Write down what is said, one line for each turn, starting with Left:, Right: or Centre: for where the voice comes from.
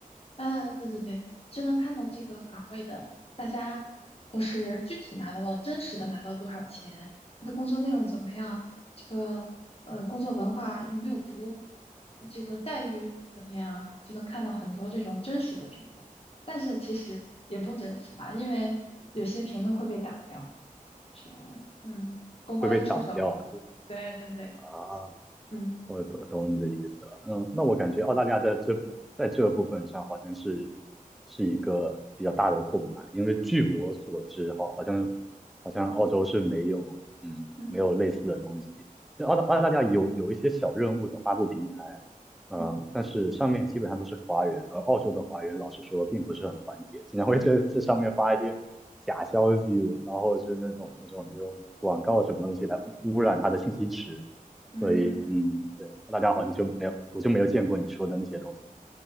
Left: 啊，对对对，就能看到这个岗位的，大家都是具体拿到了真实的拿到多少钱，你的工作内容怎么样，这个呃工作文化有没有毒，这个待遇怎么样啊就能看到很多这种真实的评论。但是其实也不真实啦，因为有些评论会被打掉。是，嗯，公关一出手，
Centre: 会被挡掉啊，就
Left: 对对对，
Centre: 啊，
Left: 嗯
Centre: 我懂懂你的意思了。嗯，那我感觉澳大利亚在这在这部分上好像是是一个比较大的空白，因为据我所知，哈，好像好像澳洲是没有嗯没有类似的东西。
Left: 嗯
Centre: 其实澳大澳大利亚有有一些小任务的发布平台，呃，
Left: 嗯
Centre: 但是上面基本上都是华人，而澳洲的华人老实说并不是很团结，经常会这这上面发一些假消息，然后是那种那种那种广告什么东西来污染他的信息池。
Left: 嗯。
Centre: 所以嗯，对，大家好像就没有，我就没有见过你说的那些东西。